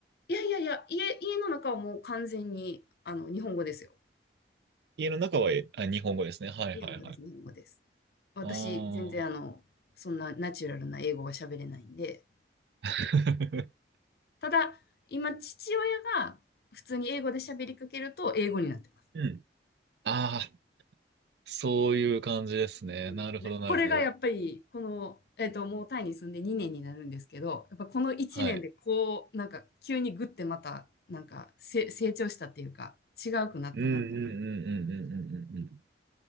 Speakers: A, on the left; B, on the right.
A: いやいやいや、家、家の中はもう完全に、あの、日本語ですよ。
B: 家の中は、えあ日本語ですね。はいはいはい。
A: 日本語です、日本語です。私、
B: あ
A: 全然あの、
B: あ、
A: そんなナチュラルな英語が喋れないんで、
B: <laughs>
A: ただ、今、父親が普通に英語で喋りかけると、英語になってます。
B: うん。ああ、そういう感じですね。
A: う
B: なるほどなるほど。
A: んこれがやっぱり、この、えっと、もうタイに住んで2年になるんですけど、やっぱこの1年で、
B: はい。
A: こう、なんか、急にグッてまた、なんかせ、成長したっていうか、違うくなったなと思
B: うんうんうんうんうんうんうんうん。